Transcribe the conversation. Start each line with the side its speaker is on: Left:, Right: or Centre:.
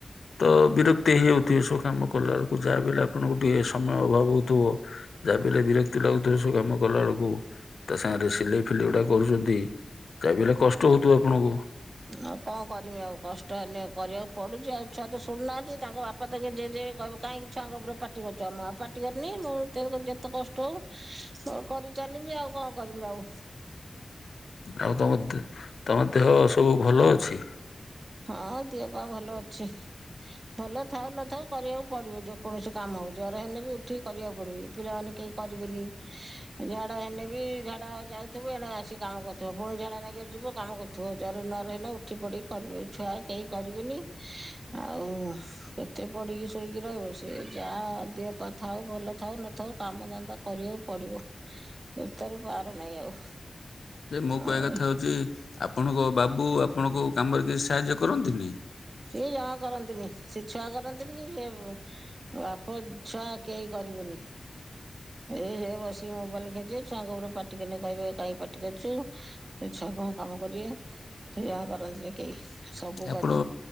Left: ତ ବିରକ୍ତି ହେଇଯାଉଥିବେ ଏ ସବୁ କାମ କଲା ବେଳକୁ ଯାହା ବି ହେଲେ ଆ ଆପଣଙ୍କୁ ଟିକେ ସମୟ ଅଭାବ ହଉଥିବ ଯାହା ବି ହେଲେ ବିରକ୍ତି ଲାଗୁଥିବ ଏ ସବୁ କାମ କଲା ବେଳକୁ। ତା ସାଙ୍ଗରେ ସିଲେଇ ଫିଲେଇ ଗୁଡା କରୁଛନ୍ତି ଯାହା ବି ହେଲେ କଷ୍ଟ ହଉଥିବ ଆପଣଙ୍କୁ।
Right: ଆଉ କଣ କରମି ଆଉ କଷ୍ଟ ହେଲେ କରିବାକୁ ପଡୁଛି ଆଉ ଛୁଆ ତ ଶୁଣୁନାହାନ୍ତି ତାଙ୍କ ବାପା ପେ କାଁକି ଛୁଆ କବର ପାଟି କରିଛୁ ଆ ମୁଁ ଆଉ ପାଟି କରିନି ମୁଁ ଯେତେ କଷ୍ଟ ହଉ ସବୁ କରି ଚାଲିମି ଆଉ କଣ କରିମି ଆଉ।
Left: ଆଉ ତମ ଦି ତମ ଦେହ ସବୁ ଭଲ ଅଛି?
Right: ହଁ ଆଉ ଦିଅପା ଭଲ ଅଛି। ଭଲ ଥାଉ ନଥାଉ କରିବାକୁ ପଡିବ ଯେକୌଣସି କାମ ହଉ ଜର ହେଲେ ବି ଉଠିକି କରିବାକୁ ପଡିବ ଏ ପିଲାମାନେ କେହି କରିବେନି। ଝାଡା ହେନେବି ଝାଡା ଯାଉଥିବୁ ଏଣେ ଆସି କାମ କରୁଥିବ ପୁଣି ଝାଡା ନେଇକି ଯିବ କାମ କରୁଥିବ। ପୁଅ ଜର ନରହିଲେ ଉଠି ପଡିକି କରିବେ ଛୁଆ କେହି କରିବେନି ଆଉ କେତେ ପଢିକି ଶୋଇକି ରହିବ ସି ଯାହା ଅଧଅପ ଥାଉ ଭଲ ଥାଉ ନଥାଉ କାମ ଦନ୍ଦା କରିବାକୁ ପଡିବ ଏ ତରୁ ବାରୁ ନାହିଁ ଆଉ।
Left: ଯେ ମୋ
Right: ଆଉ
Left: କହିବା କଥା ହଉଛି ଆପଣଙ୍କ ବାବୁ ଆପଣଙ୍କୁ କାମରେ କିଛି ସାହାଯ୍ୟ କରନ୍ତିନି।
Right: ସିଏ ଜମା କରନ୍ତିନି ସେ ଛୁଆ କରନ୍ତିନି କି ସେ ବାପ ଛୁଆ କେହି କରିବେନି। ଏଇ ସେ ବସିକି ମୋବାଇଲ କେଞ୍ଚିବେ ଛୁଆଙ୍କ ଉପରୁ ପାଟିିକଲେ କହିବେ କାଇହିଁ ପାଟିିକରୁଚୁ। ସେ ଛୁଆ କଣ କାମ କରିବେ ସେ ଯାହା କରନ୍ତିନି କେହି। ସବୁ
Left: ଆପଣ
Right: କରିବେ